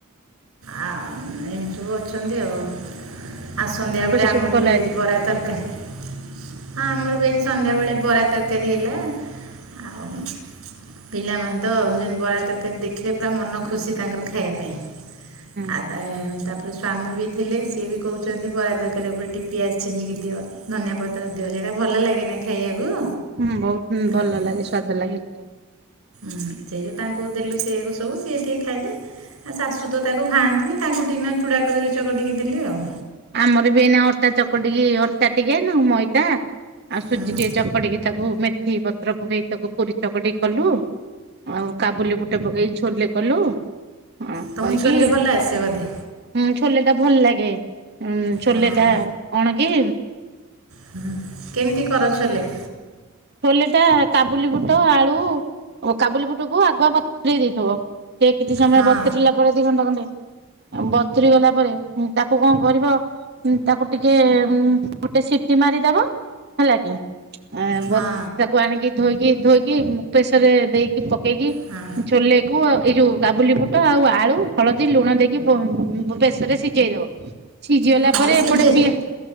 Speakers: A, on the right (about 85°); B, on the right (about 50°).
A: ଆଉ ଏମିତି ସବୁ ଅଛନ୍ତି ଆଉ ଆଉ ସନ୍ଧ୍ୟାବେଳେ
B: ରୋଷେଇ
A: ଆମର
B: ସବୁ କଲ
A: ବି ଆଜିିବରା
B: ଆଜି?
A: ତରକା ହଁ ଆମର ବି ଆଜି ସନ୍ଧ୍ୟାବେଳେ ବରା ତରକାରୀ ହେଲା ଆଉ ପିଲାମାନେ ତ ଯେମିତି ବରା ତରକାରୀ ଦେଖିଲେ ପୁରା ମନ ଖୁସି ତାଙ୍କର ଖାଇବା ପାଇଁ।
B: ହୁଁ
A: ଆଉ ତା ତାପରେ ସ୍ଵାମୀ ବି ଥିଲେ ସିଏ ବି କହୁଛନ୍ତି ବରା ତରକାରି ଉପରେ ଟି ପିଆଜ ଛିଞ୍ଚିକି ଦିଅ ଧନିଆ ପତ୍ର ଦିଅ ସେଇଟା ଭଲ ଲାଗେନା ଖାଇବାକୁ।
B: ହୁଁ ବହୁତ ଭଲ
A: ଆଉ ସେ-
B: ଲାଗେ ସ୍ୱା ଭଲ ଲାଗେ ହୁଁ।
A: ସେଇ ଯୋଉ ତାଙ୍କୁ ଦେଲୁ ସେଇଆକୁ ସବୁ ସିଏ ଟିକେ ଖାଇଲେ। ଆ ଶାଶୁ ତ ତାକୁ ଖାଆନ୍ତିନି ତାଙ୍କୁ ଦିନ ଚୂଡ଼ାକଦଳୀ ଚକଟିକି ଦେଲି ଆଉ
B: ଆମର ବି ଏଇନା ଅଟା ଚକଟିକି ଅଟା ଟିକେନୁ ମଇଦା ଆଉ ସୁଜି
A: ହଁ
B: ଟିକେ ଚକଟିକି ତାକୁ ମେଥି ପତ୍ର ପକେଇ ତାକୁ ପୁରୀ ଚକଟିକି କଲୁ। ଆଉ କାବୁଲି ବୁଟ ପକେଇକି ଛୋଲେ କଲୁ ହଁ
A: ତମ
B: କରିକି
A: ଛୋଲେ
B: ହୁଁ
A: ଭଲ ଆସେ ବୋଧେ
B: ଛୋଲେଟା ଭଲ ଲାଗେ ଉ ଛୋଲେ
A: ହଁ
B: ଟା କଣ କି?
A: ହୁଁ କେମିତି କର ଛୋଲେ?
B: ଛୋଲେଟା କାବୁଲି ବୁଟ ଆଳୁ କାବୁଲି ବୁଟକୁ ଆଗୁଆ ବତୁରେଇ ଦେଇଥବ। ସେ କିଛି ସମୟ
A: ହଁ
B: ବତୁରିଲା ପରେ ଦି ଘଣ୍ଟା ଖଣ୍ଡେ ଆଉ ବତୁରିଗଲା ପରେ ହୁଁ। ତାକୁ କଣ କରିବ ତାକୁ ଟିକେ ଗୋଟେ ସିଟି ମାରିଦବ ହେଲା କି? ଆ
A: ହଁ
B: ବତ ତାକୁ ଆଣିକି ଧୋଇକି ଧୋଇକି ପ୍ରେସରରେ ଦେଇକି ପକେଇକି
A: ହଁ।
B: ଛୋଲେ କୁ ଆଉ ଏଇ ଯୋଉ କାବୁଲି ବୁଟ ଆଉ ଆଳୁ ହଳଦୀ ଲୁଣ ଦେଇକି ପ୍ରେସରରେ ସିଝେଇଦବ। ସିଝିଗଲା
A: ହଁ
B: ପରେ
A: ସିଝେ
B: ଏପଟେ ପିଆ